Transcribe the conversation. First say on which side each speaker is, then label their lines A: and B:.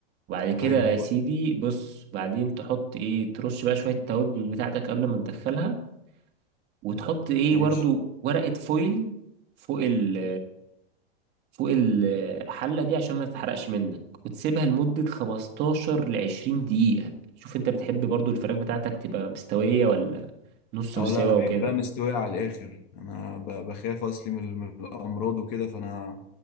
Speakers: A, on the right; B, on the left.
A: وبعد كده
B: طيب هو
A: يا سيدي بص بعدين تحط ايه ترش بقى شوية التوابل بتاعتك قبل ما تدخلها وتحط ايه
B: ماشي
A: برضو ورقة فويل فوق ال فوق الحلة دي عشان ما تتحرقش منك وتسيبها لمدة 15 ل 20 دقيقة شوف انت بتحب برضو الفراخ بتاعتك تبقى مستوية ولا نص
B: اه
A: مستوى
B: لا انا بحبها
A: وكده
B: مستوية على الاخر انا ب- بخاف اصلي من من الامراض وكده فانا